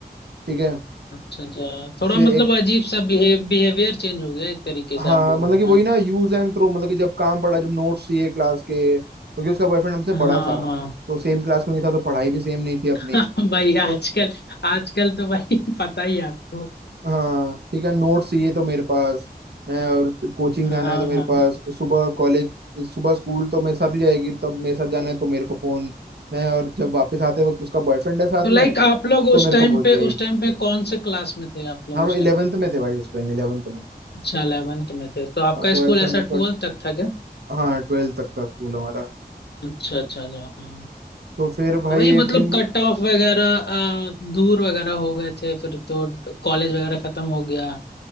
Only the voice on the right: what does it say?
ठीक है
फिर
एक
हाँ
मतलब
कि
वही
ना यूज एंड थ्रो मतलब कि जब काम पड़ा जब नोट्स चाहिए क्लास के क्योंकि उसका बॉयफ्रेंड हमसे
बड़ा था
तो सेम क्लास में नहीं था तो पढ़ाई भी सेम नहीं थी अपनी
उसको
हाँ ठीक है नोट्स ये तो मेरे पास है और कोचिंग
जाना है तो मेरे
पास सुबह कॉलेज सुबह स्कूल तो मेरे साथ ही जाएगी तब मेरे साथ जाना है तो मेरे को फोन है और जब वापस आते वक्त उसका बॉयफ्रेंड है साथ
में
तो मेरे
को भूल
गई
हम
इलेवेंथ
में थे भाई उस टाइम इलेवेंथ में
बॉयफ्रेंड
उसका
हाँ ट्वेल्थ तक था स्कूल हमारा
तो फिर भाई
एक दिन